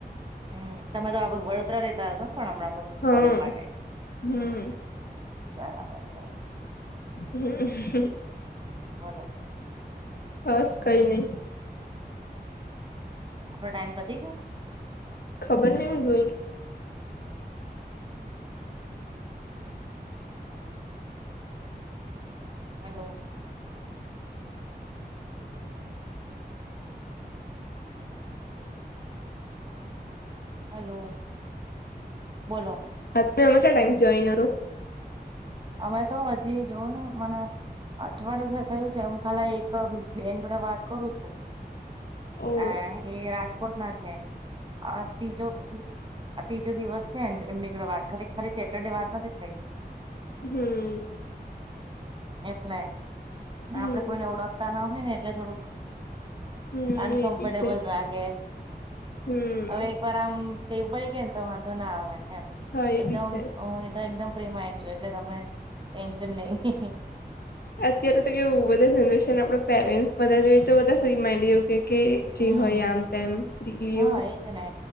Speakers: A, on the right; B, on the left.
A: હમ તમે તો આ વડોદરા રેતા હશો ને પણ હમણાં તો
B: હા
A: કોલેજ માટે
B: હમ
A: હ બરાબર.
B: હ.
A: બોલો
B: બસ કઈ નહી.
A: આપડો ટાઈમ પતી ગયો.
B: ખબર નહી હું જોય
A: હલો. હેલો બોલો.
B: હા તમે અમે ક્યા ટાઈમ જોઈન
A: અમે તો હજી જોવ ને મને. અઠવાડિયું થયું છે હું ખાલી એક બેન જોડે વાત કરું છું.
B: ઓ
A: હ એ રાજકોટમાં છે ત્રીજો આ ત્રીજો દિવસ છે ને એમની જોડે વાત ખરી ખરી સેટરડે વાત નથી થઈ
B: હમ્.
A: એટલે
B: હમ
A: આપડે કોઈને ઓળખતા ના હોય ને એટલે થોડુંક.
B: હમ
A: અનકમફર્ટેબલ
B: એ બી છે
A: રાાગે
B: હમ
A: હવે. પર આમ ટમ પડી કેને તો વાંધો ના આવે એમ
B: હા એ
A: એકદમ
B: બી છે
A: તો એકમ પ્રેમા. એટલે તમે ટેન્શન નહી.
B: અત્યારે તો કેું બધા જનરેશન આપે પેરેન્ટ્સ બધા જો તો બધા ફ્રી માઇન્ડ. કે કે જે
A: હમ
B: હોય આમ તોમ એવું.
A: હા એજ ને